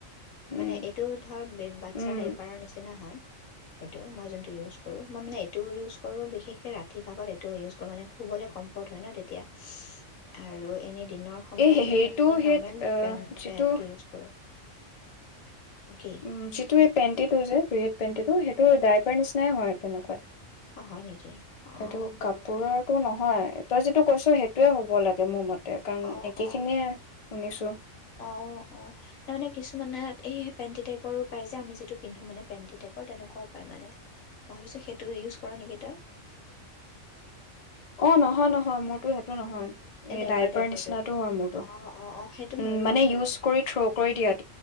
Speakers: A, on the left; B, on the left.
A: উম
B: মানে এইটো হয় বাচ্ছা
A: উম
B: ড্ৰাইপাৰৰ নিচিনা হয় এইটো মই যোনটো ইউজ কৰো, মই মানে এইটো ইউজ কৰো বিশেষকে ৰাতি ভাগত এইটো ইউজ কৰো মানে শুবলৈ কম্ফৰ্ট হয় ন এতিয়া আৰু এনে দিনৰ সময়ত
A: এই হেৰিটো
B: মানে এনে নৰ্মেল
A: সেই আহ
B: পে
A: যিটো
B: পেদটো ইউজ কৰোঁ কি
A: উম যিটো এই পেণ্টিটো যে পিৰেড পেণ্টিটো সেইটো ড্ৰাইপাৰ নিচিনাই হয় তেনেকুৱাই
B: অঁ হয় নেকি অঁ
A: এইটো কাপোৰৰটো নহয় হয় তই যিটো কৈছো সেইটোয়ে হ'ব লাগে মোৰ মত কাৰণ
B: অঁ
A: একে
B: অঁ
A: খিনিয়ে শুনিছো
B: অ', অ', তাৰমানে কিছুমানত এই পেণ্টি টাইৰো পায় যে আমি যিটো পিন্ধোঁ মানে পেণ্টি টাইপৰ তেনেকুৱাও পায় মানে মই ভাবিছোঁ সেইটো ইউজ কৰ নেকি তই
A: অ নহয় নহয় মোৰতো সেইটো নহয়
B: এই
A: এ ডাইপাৰ
B: টাইপৰটোৱে।
A: নিচিনাতটো হয় মোৰতো,
B: অ', অ', অ', সেইটো ময়ো
A: উম মানে
B: কৰোঁ
A: ইউজ
B: বাৰু
A: কৰি থ্ৰ' কৰি দিয়াত